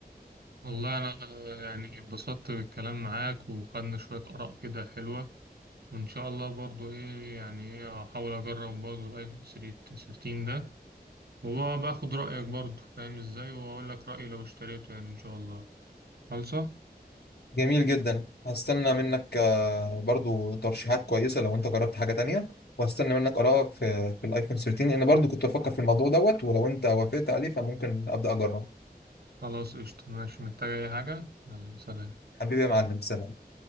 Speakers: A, on the right; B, on the left.
A: والله أنا آه، يعني اتبسطت بالكلام معاك وخدنا شوية آراء كده حلوة وإن شاء الله برضو إيه يعني إيه أحاول أجرب برضو الآيفون 13 ده وباخد رأيك برضو فاهم إزاي وأقول لك رأيي لو اشتريته يعني إن شاء الله خلصة
B: جميل جدا هستنى منك آه، برضو ترشيحات كويسة لو انت جربت حاجة تانية وهستنى منك آرائك في, في الايفون 13 لان برضو كنت بفكر في الموضوع دوت ولو انت وافقت عليه فممكن أبدأ أجربه
A: خلاص قشطة ماشي محتاج أي حاجة يلا سلام
B: حبيبي يا معلم سلام